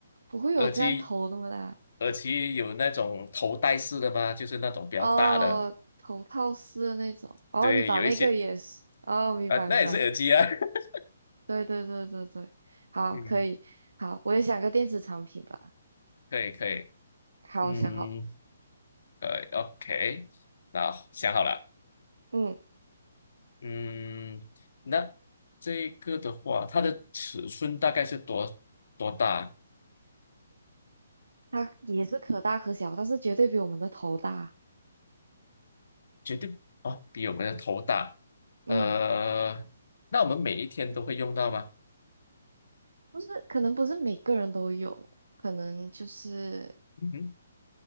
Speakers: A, on the right; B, on the left.
A: 不会有这样头那么大
B: 耳机，耳机有那种头戴式的吗？就是那种比较大的，
A: 哦，头套式的那种。哦，
B: 对，
A: 你把那个也是，
B: 有一些
A: 哦，明白明白，
B: 啊，那也是耳机啊。<laughs>
A: 对对对对对，好，
B: 嗯，
A: 可以，好，我也想个电子产品吧。
B: 可以可以，
A: 好，
B: 嗯，
A: 想好，
B: 可以，OK，那想好了。
A: 嗯，
B: 嗯，那这个的话，它的尺寸大概是多多大？
A: 它也是可大可小，但是绝对比我们的头大。
B: 绝对啊，比我们的头大。呃，
A: 嗯。
B: 那我们每一天都会用到吗？
A: 不是，可能不是每个人都有，可能就是，
B: 嗯哼，